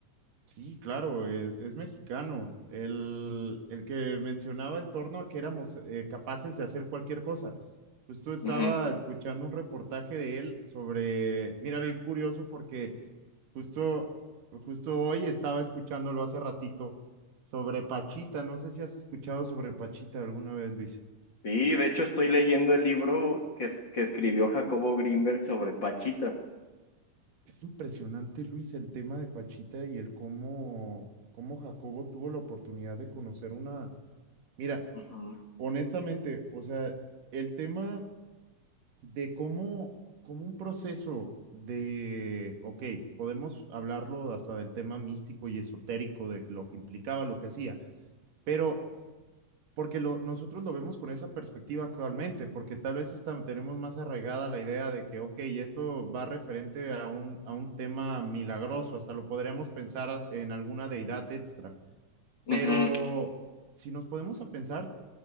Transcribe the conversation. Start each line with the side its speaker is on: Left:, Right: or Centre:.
Right: Sí, claro, e- es, mexicano. El, el que mencionaba en torno a que éramos eh, capaces de hacer cualquier cosa. Justo estaba
Left: Ujú.
Right: escuchando un reportaje de él sobre, mira, bien curioso porque justo, justo hoy estaba escuchándolo hace ratito sobre Pachita. No sé si has escuchado sobre Pachita alguna vez, Luis.
Left: Sí, de hecho estoy leyendo el libro que, es- que escribió Jacobo Greenberg sobre Pachita.
Right: Es impresionante, Luis, el tema de Pachita y el cómo, cómo Jacobo tuvo la oportunidad de conocer una... Mira.
Left: Ujú,
Right: Honestamente, o sea, el tema de cómo, cómo un proceso de, ok, podemos hablarlo hasta del tema místico y esotérico de lo que implicaba, lo que hacía, pero porque lo, nosotros lo vemos con esa perspectiva actualmente, porque tal vez está- tenemos más arraigada la idea de que, ok, esto va referente a un, a un tema milagroso, hasta lo podríamos pensar a- en alguna deidad extra,
Left: ujú,
Right: pero
Left: ujú,
Right: si nos podemos a pensar